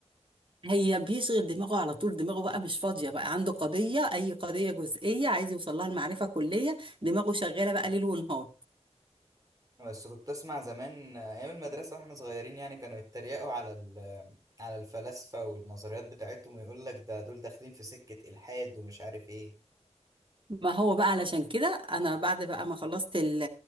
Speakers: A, on the right; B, on the right.
A: هي بيشغل دماغه على طول دماغه بقى مش فاضية بقى عنده قضية أي قضية جزئية عايز يوصل لها المعرفة كلية دماغه شغالة بقى ليل ونهار
B: بس كنت اسمع زمان آه، ايام المدرسه واحنا صغيرين يعني كانوا يتريقوا على ال- على الفلاسفه والنظريات بتاعتهم ويقول لك ده دول داخلين في سكه الحاد ومش عارف ايه
A: ما هو بقى علشان كده انا بعد بقى ما خلصت ال-